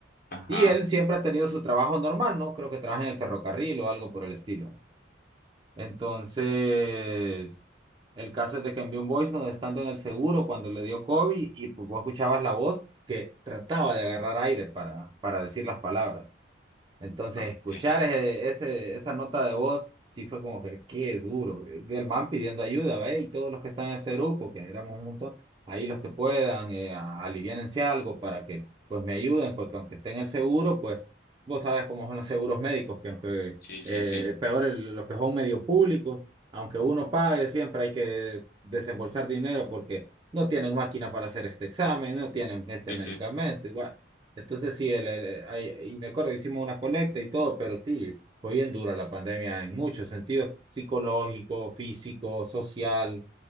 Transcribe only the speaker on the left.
ajá,
ok.
Sí, sí,
sí.
Sí,
sí.